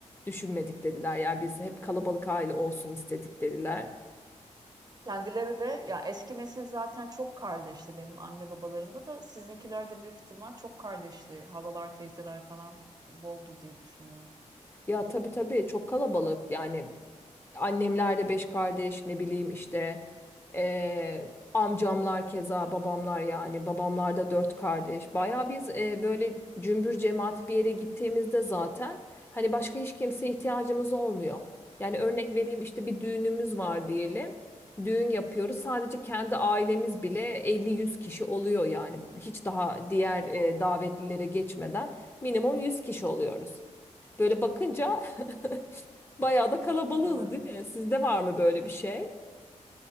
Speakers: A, on the left (about 20°); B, on the right (about 35°).
A: düşünmedik dediler. Yani biz hep kalabalık aile olsun istedik dediler.
B: Kendileri de ya eski nesil zaten çok kardeşti benim anne babalarımda da sizinkiler de büyük ihtimal çok kardeşti. Halalar, teyzeler falan boldu diye düşünüyorum.
A: Ya tabii tabii çok kalabalık yani annemler de beş kardeş ne bileyim işte eee, amcamlar keza babamlar yani babamlar da dört kardeş. Baya biz eee, böyle cümbür cemaat bir yere gittiğimizde zaten hani başka hiç kimseye ihtiyacımız olmuyor. Yani örnek vereyim işte bir düğünümüz var diyelim. Düğün yapıyoruz sadece kendi ailemiz bile 50-100 kişi oluyor yani hiç daha diğer eee,
B: Oha.
A: davetlilere geçmeden minimum 100 kişi oluyoruz. Böyle bakınca <laughs> bayağı da kalabalığız
B: Evet.
A: değil mi? Sizde var mı böyle bir şey?